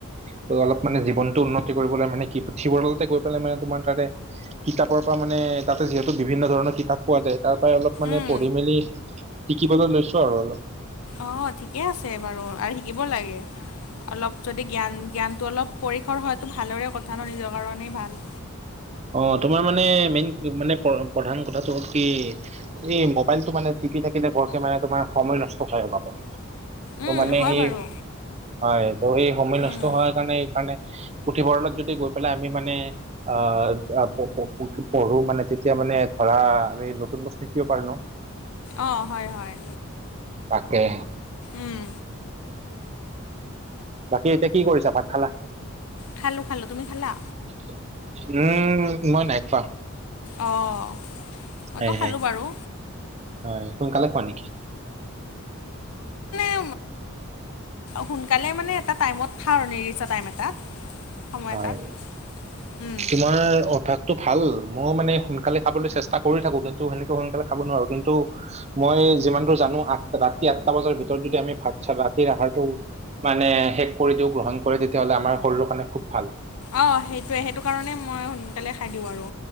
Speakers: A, on the right (about 30°); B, on the left (about 85°).
A: ত অলপ মানে জীৱনটো উন্নতি কৰিবলৈ মানে কি পুথিভঁৰালতে গৈ পেলাই মানে তোমাৰ তাতে কিতাপৰ পৰা মানে তাতে যিহেতু বিভিন্ন ধৰণৰ কিতাপ পোৱা যায় তাৰ পৰাই অলপ মানে
B: উম
A: পঢ়ি মেলি শিকিবলে লৈছোঁ আৰু অলপ।
B: অ', ঠিকে আছে বাৰু আৰু শিকিব লাগে অলপ যদি জ্ঞান জ্ঞানটো অলপ পৰীক্ষৰ হয়তো ভালৰে কথা ন, নিজৰ কাৰণেই ভাল।
A: অ', তোমাৰ মানে মেইন মানে প্ৰধান কথাটো হ'ল কি এই মোবাইলটো মানে পিতিকি থাকিলে বৰকে মানে তোমাৰ সময় নষ্ট হয় পাব। ত
B: উম
A: মানে
B: হয়
A: সেই,
B: বাৰু
A: হয় ত সেই সময় নষ্ট
B: উম
A: হোৱাৰ কাৰণে সেই কাৰণে পুথিভঁৰালত যদি গৈ পেলাই আমি মানে অ <unintelligible> পঢ়ো মানে তেতিয়া মানে ধৰা আমি নতুন বস্তু কিয় পাৰোঁ ন?
B: অ', হয়, হয়।
A: তাকে।
B: উম
A: বাকী এতিয়া কি কৰিছা ভাত খালা?
B: খালোঁ-খালোঁ তুমি খালা?
A: <inaudible> উম মই নাই খোৱা।
B: অ', মইটো
A: হয়
B: খালোঁ
A: হয়
B: বাৰু।
A: হয়, সোনকালে খোৱা নেকি?
B: অ সোনকালে মানে এটা টাইমত খাও আৰু নিৰ্দিষ্ট টাইম এটাত। সময়
A: হয়,
B: এটাত উম
A: তোমাৰ অভ্যাস তো ভাল। মইয়ো মানে সোনকালে খাবলৈ চেষ্টা কৰি থাকোঁ কিন্তু সেনেকে সোনকালে খাব নোৱাৰোঁ কিন্তু মই যিমান দোৰ জানো আঠ ৰাতি আঠটা বজাৰ ভিতৰত যদি আমি ভাত চাত ৰাতিৰ আহাৰটো মানে শেষ কৰি দিও গ্ৰহণ কৰোঁ তেতিয়াহ'লে আমাৰ শৰীৰৰ কাৰণে খুব ভাল।
B: অ', সেইটোৱে সেইটো কাৰণে মই সোনকালে খাই দিওঁ আৰু